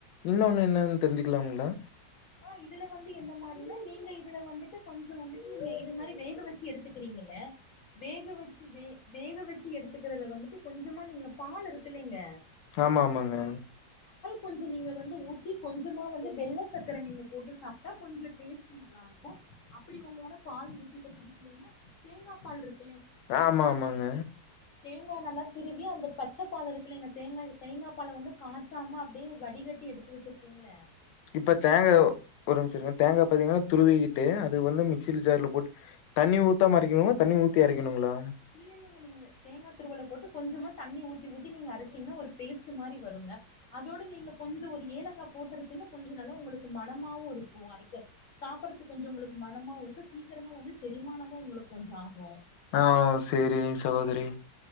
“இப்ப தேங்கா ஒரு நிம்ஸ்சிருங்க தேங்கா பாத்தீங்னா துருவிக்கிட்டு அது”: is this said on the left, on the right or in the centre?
Left